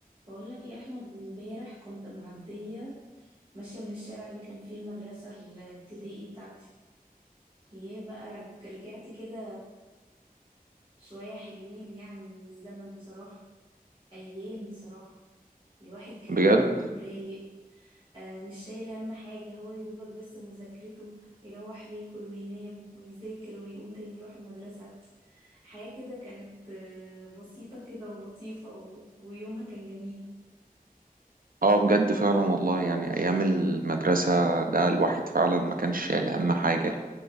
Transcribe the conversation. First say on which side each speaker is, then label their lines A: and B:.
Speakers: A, on the right; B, on the right.
A: بقول لك يا احمد امبارح كنت معديه ماشيه من الشارع اللي كان فيه المدرسه الابتدائي بتاعتي يا بقى رج... رجعت كده شويه حلوين يعني من الزمن بصراحه ايام بصراحه الواحد كان
B: بجد
A: رايق آه مش شايل هم حاجه هو يا دوبك بس مذاكرته يروح ياكل وينام ويذاكر ويقوم تاني يروح المدرسه حياه كده كانت آه، بسيطه كده ولطيفه و... ويومها كان جميل
B: اه بجد فعلا والله يعني ايام المدرسه ده الواحد فعلا ما كانش شايل هم حاجه